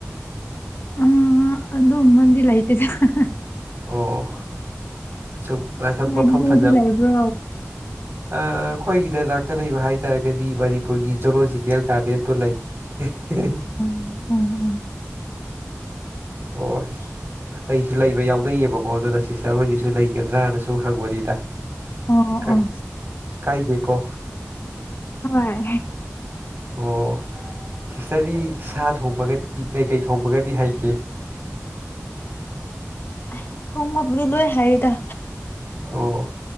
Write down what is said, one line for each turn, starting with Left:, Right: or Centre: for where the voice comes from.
Left: ꯑꯥ ꯑꯗꯨꯝꯕꯗꯤ ꯂꯩꯇꯦꯗ ꯍꯥ ꯍꯥ
Right: ꯑꯣ ꯑꯣ ꯁꯨꯝ <unintelligible>
Left: ꯂꯥꯏꯕ꯭ꯔꯦꯔꯤꯗꯤ
Right: ꯃꯐꯝ ꯐꯖꯅ
Left: ꯂꯩꯕ꯭ꯔꯣ
Right: ꯑꯥ ꯑꯩꯈꯣꯏꯒꯤꯗ ꯅꯥꯛꯇ ꯂꯩꯕ ꯍꯥꯏꯇꯥꯥꯔꯒꯗꯤ ꯃꯅꯤꯄꯨꯔꯒꯤ ꯖꯨꯂꯣꯖꯤꯀꯦꯜ ꯒꯥꯔꯗꯦꯟꯗꯣ ꯂꯩ ꯑꯦꯍꯦꯍꯦ
Left: <unintelligible>
Right: ꯑꯣ ꯑꯇꯩꯁꯨ ꯂꯩꯕ ꯌꯥꯎꯅꯩꯌꯦꯕꯀꯣ ꯑꯗꯨꯅ ꯁꯤꯁꯇꯔ ꯍꯣꯏꯒꯤꯁꯨ ꯂꯩꯒꯗ꯭ꯔꯥꯅ ꯁꯨꯝ ꯍꯪꯕꯅꯤꯗ
Left: ꯑꯣ
Right: ꯈꯛ
Left: ꯑꯣ
Right: ꯀꯥꯏꯗꯦꯀꯣ
Left: ꯍꯣꯏ
Right: ꯑꯣ ꯁꯤꯁꯇꯔꯗꯤ ꯁꯥ ꯊꯣꯡꯕꯒꯗꯤ ꯀꯩꯀꯩ ꯊꯣꯡꯕꯒꯗꯤ ꯍꯩꯒꯦ
Left: <inaudible> ꯍꯦ ꯊꯣꯡꯕꯕꯨꯗꯤ ꯂꯣꯏ ꯍꯩꯗ
Right: ꯑꯣ